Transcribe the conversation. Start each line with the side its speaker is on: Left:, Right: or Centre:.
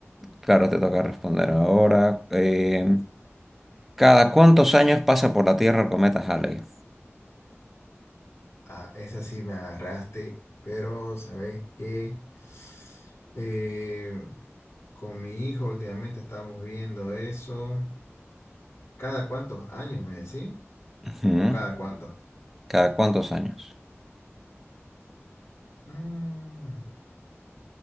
Centre: Claro, te toca responder ahora. Eh, ¿cada cuántos años pasa por la Tierra el cometa Halley?
Left: Ah, esa sí me agarraste, pero ¿sabes qué? Eh, con mi hijo últimamente estábamos viendo eso. ¿Cada cuántos años me decís?
Centre: Ujú.
Left: ¿O cada cuánto?
Centre: ¿Cada cuántos años?
Left: Mm,